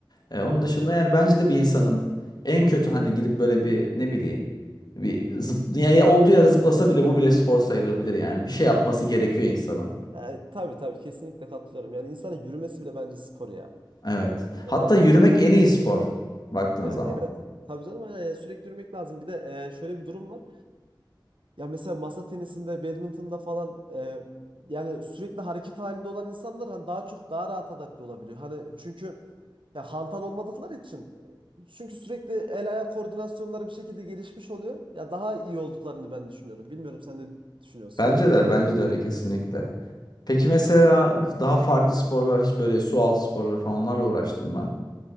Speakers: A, on the left; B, on the right.
A: E, onun
B: Hı hı.
A: dışında yani bence de bir insanın en kötü hani gidip böyle bir ne bileyim bir zıp, ya ya olduğu yere zıplasa bile bu bile spor sayılabilir yani. Bir şey
B: E,
A: yapması gerekiyor insanın.
B: e, tabii tabii kesinlikle katılıyorum. Yani insanın yürümesi bile bence spor ya.
A: Evet.
B: Ya
A: Hatta
B: baktığın
A: yürümek
B: zaman
A: en iyi spor baktığın
B: ya
A: zaman.
B: evet tabii canım aynen yani sürekli yürümek lazım. Bir de e, şöyle bir durum var. Ya mesela masa tenisinde, badminton'da falan e, yani sürekli hareket halinde olan insanlar hani daha çok daha rahat adapte olabiliyor. Hani çünkü ya hantal olmadıkları için e, çünkü sürekli el ayak koordinasyonları bir şekilde gelişmiş oluyor. Ya daha iyi olduklarını ben düşünüyorum. Bilmiyorum sen ne düşünüyorsun?
A: Bence de bence de öyle kesinlikle. Peki mesela daha farklı sporlar hiç böyle su altı sporları falan onlarla uğraştın mı?